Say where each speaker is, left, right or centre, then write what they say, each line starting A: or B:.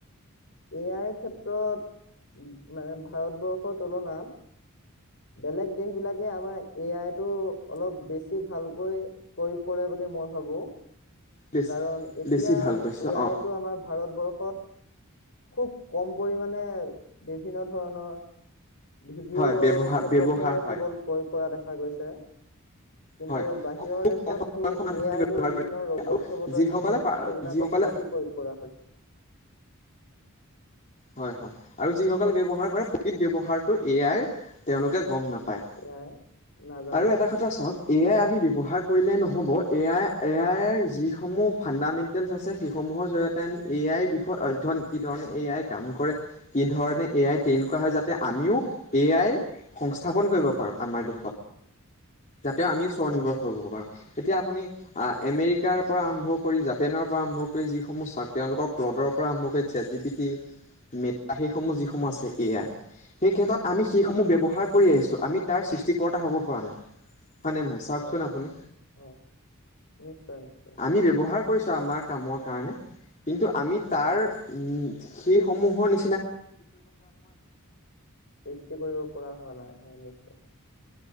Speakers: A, on the left (about 60°); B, on the left (about 35°).
A: এ' আই ক্ষেত্ৰত মানে ভাৰতবৰ্ষৰ তুলনাত বেলেগ দেশ বিলাকে আমাৰ এ' আইটো অলপ বেছি ভালকৈ প্ৰয়োগ কৰে বুলি মই ভাবোঁ।
B: বেছ
A: কাৰণ এতিয়া
B: বেছি ভাল
A: এ'
B: কৈছে
A: আইতো
B: অ
A: আমাৰ ভাৰতবৰ্ষত খুব কম পৰিমাণে বিভিন্ন ধৰণৰ ভিডিঅ'
B: হয় ব্যৱহাৰ
A: ক্ষেত্ৰতহে
B: ব্যৱহাৰ হয়
A: কেৱল প্ৰয়োগ কৰা গৈছে। কিন্তু
B: হয়
A: বাহিৰৰ
B: খুব
A: দেশত
B: কম শতাংশ
A: সেই এ'
B: মানুহে
A: আইটো
B: ব্যৱহাৰ
A: বিভিন্ন
B: কৰে
A: ৰবট চবটৰ
B: যিসকলে
A: সেই সেইবিলাকত
B: যিসকলে
A: বেছি প্ৰয়োগ কৰা হৈছে।
B: হয় হয় আৰু যিসকলে ব্যৱহাৰ কৰে প্ৰকৃত ব্যৱহাৰটো এ' আইৰ তেওঁলোকে গম নাপায় পাই,
A: এ আই নাজানে
B: আৰু এটা কথা চাওক এ' আই আমি ব্যৱহাৰ কৰিলেই নহ'ব এ' আই, এ আইৰ যিসমূহ ফাণ্ডামেণ্টেলছ আছে সেইসমূহৰ জৰিয়তে আমি এ' আইৰ বিষয়ত অধ্যয়ন কি ধৰণে এ' আই কাম কৰে, কি ধৰণে এ' আই ট্ৰেইন কৰা হয় যাতে, আমিও এ' আই সংস্থাপন কৰিব পাৰোঁ পাৰোঁ
A: হয়
B: আমাৰ দেশত। যাতে আমিও স্বনিৰ্ভৰ
A: হয় হয়
B: হ-হব পাৰোঁ, এতিয়া আপুনি আহ আমেৰিকাৰ পৰা আৰম্ভ কৰি জা ফেনৰ পৰা আৰম্ভ কৰি যিসমূহ চাক তেওঁলোকক ক্লডৰ পৰা কৰি চেট জিপিটি <unintelligible> সেইসমূহ, যিসমূহ
A: হয়
B: আছে এ' আই সেই ক্ষেত্ৰত আমি সেইসমূহ
A: হয়
B: ব্যৱহাৰ আহিছোঁ, আমি তাৰ সৃষ্টিকৰ্তা হ'ব পৰা নাই। হয় নে নহয় চাওকচোন
A: হয় হয়
B: আপুনি
A: হয় নিশ্চয় নিশ্চয়।
B: আমি ব্যৱহাৰ কৰিছোঁ আমাৰ কামৰ কাৰণে, কিন্তু আমি
A: হয়
B: তাৰ উ'ম সেই সমূহৰ নি
A: সৃষ্টি কৰিব পৰা হোৱা নাই, হয় নিশ্চয়